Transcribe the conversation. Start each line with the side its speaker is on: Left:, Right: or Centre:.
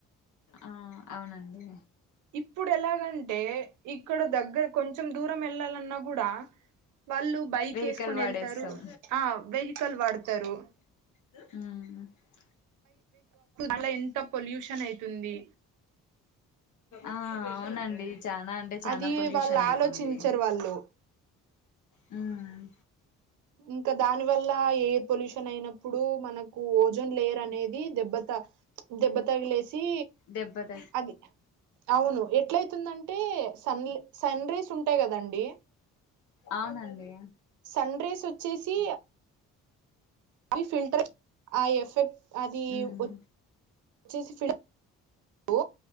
Left: ఆ అవునండి
Right: ఇప్పుడు ఎలాగంటే ఇక్కడ దగ్గర కొంచెం దూరం వెళ్ళాలన్నా కూడా వాళ్ళు బైక్
Left: వెహికల్
Right: వేసుకొని
Left: వాడేస్తాం
Right: వెళ్తారు ఆ వెహికల్ పడుతరు
Left: మ్మ్ హ్హ్
Right: అట్లా ఎంత పొల్యూషన్ అయితుంది
Left: ఆ అవునండి చానా అంటే చానా
Right: అది
Left: పొల్యూషన్
Right: వాళ్ళు
Left: అవుతుంది
Right: ఆలోచించరు వాళ్ళు
Left: హ్హ్ హ్
Right: ఇంకా దాని వల్ల ఎయిర్ పొల్యూషన్ అయినప్పుడు మనకు ఓజోన్ లేయర్ అనేది దెబ్బత దెబ్బతగిలేసి
Left: దెబ్బ త
Right: అది అవును అవుతుందంటే సన్ రేస్ ఉంటాయి కదండి.
Left: అవునండి
Right: సన్ రేస్ వచ్చేసి అవి ఫిల్టర్ ఆ ఎఫెక్ట్ అది
Left: ఉమ్
Right: ఒ అచ్చేసి ఫిల్ బ్